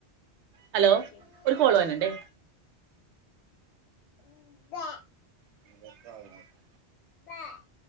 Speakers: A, on the right (about 85°); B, on the left (about 75°).
A: ഹലോ
B: ആ ശരി
A: ഒരു കോൾ വന്ന്ണ്ട്
B: <inaudible>
A: <inaudible>
B: <inaudible>